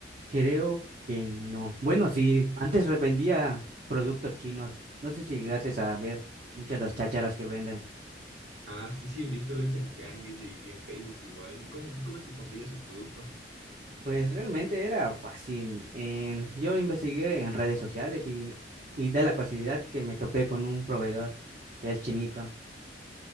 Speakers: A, on the right; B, on the right.
A: creo que no. Bueno, sí, antes re- vendía productos chinos, no sé si llegases a ver muchas de las chácharas que venden.
B: Ah, sí, sí, he visto, lo hice en Tianguis y, y en Facebook igual. ¿Y cómo, cómo es que consigues el producto?
A: Pues realmente era fácil. eh, yo investigué en redes sociales y, y da la casualidad que me topé con un proveedor que es chinito.